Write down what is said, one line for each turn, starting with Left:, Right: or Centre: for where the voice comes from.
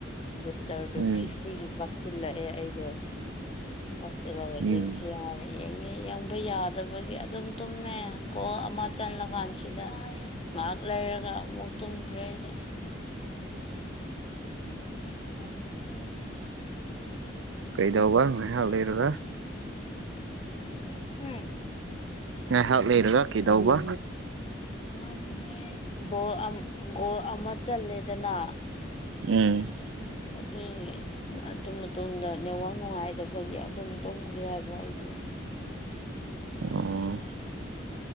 Left: ꯕꯨꯁꯇꯔꯗꯨ
Right: ꯎꯝ
Left: ꯐꯤꯐꯇꯤꯒꯤ ꯀꯥꯞꯁꯤꯜꯂꯛꯑꯦ ꯑꯩꯗꯣ ꯀꯥꯞꯁꯤꯜꯂꯒ ꯌꯦꯡꯁꯦ
Right: ꯎꯝ
Left: ꯌꯥꯔꯦ ꯌꯦꯡꯉꯦ ꯌꯥꯝ <unintelligible> ꯌꯥꯗꯕꯒꯤ ꯑꯗꯨꯝ ꯇꯨꯝꯃꯦ ꯒꯣꯜ ꯑꯃ ꯆꯜꯂꯀꯥꯟꯁꯤꯗ ꯉꯥꯛ ꯂꯩꯔꯒ ꯑꯃꯨꯛ ꯇꯨꯝꯈ꯭ꯔꯦ ꯑꯩꯗꯤ <unintelligible>
Right: ꯀꯩꯗꯧꯕ ꯉꯥꯏꯍꯥꯛ ꯂꯩꯔꯒ
Left: ꯎꯝ
Right: ꯉꯥꯏꯍꯥꯛ ꯂꯩꯔꯒ ꯀꯩꯗꯧꯕ
Left: <unintelligible> ꯕꯣꯜ ꯑꯃ ꯒꯣꯜ ꯑꯃ ꯆꯜꯂꯦꯗꯅ
Right: ꯎꯝ
Left: ꯑꯗꯨꯒꯤ ꯑꯗꯨ ꯃꯇꯨꯡꯗ ꯅꯦꯠꯋꯥꯛ ꯅꯨꯡꯉꯥꯏꯇꯕꯒꯤ ꯑꯗꯨꯝ ꯇꯨꯝꯈ꯭ꯔꯦ ꯍꯥꯏꯕ ꯑꯩꯗꫭ
Right: ꯑꯣ